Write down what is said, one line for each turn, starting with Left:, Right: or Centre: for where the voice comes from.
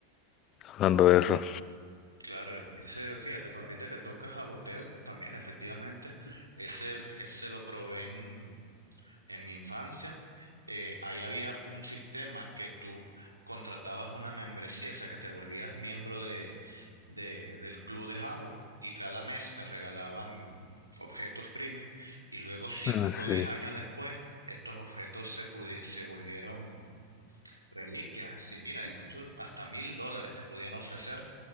Left: hablando de eso.
Right: claro. e- Ese, fíjate, cuando ahorita que tocas a Botel, también efectivamente, ese, ese lo probé en, en mi infancia. Eh, ahí había un sistema que tú contratabas una membresía, o sea, que te volvías miembro de, de- del club de Jabo y cada mes te regalaban objetos premium y luego cinco
Left: Ah, Sí.
Right: o 10 años después estos objetos se, pudi- se volvieron Reliquias, sí, mira, incluso hasta mil dólares te podían ofrecer